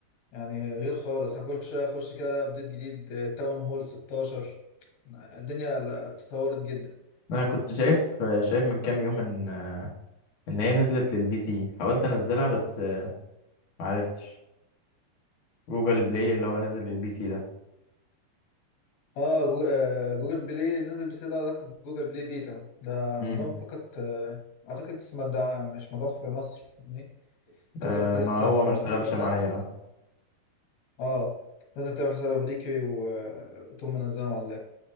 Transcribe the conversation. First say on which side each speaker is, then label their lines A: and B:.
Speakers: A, on the left (about 70°); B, on the left (about 50°).
A: يعني غير خالص انا كل شويه اخش كده الاقي ابديت جديد تاون هول 16 الدنيا ال- اتطورت جدا
B: انا كنت شايف شايف من كام يوم ان ان هي نزلت للبي سي حاولت انزلها بس معرفتش جوجل بلاي اللي هو نازل للبي سي ده
A: اه جو... آه، جوجل بلاي نزل بس ده اعتقد جوجل بلاي بيتا ده
B: امم
A: موضوع فقط آه، اعتقد بس مدعم مش موضوع في مصر يعني
B: آه
A: اعتقد لسه
B: ما هو
A: في
B: ما
A: امريكا
B: اشتغلش
A: بس
B: معايا بقى
A: اه لازم تعمل حساب امريكي و- وتقوم منزلهم على اللاب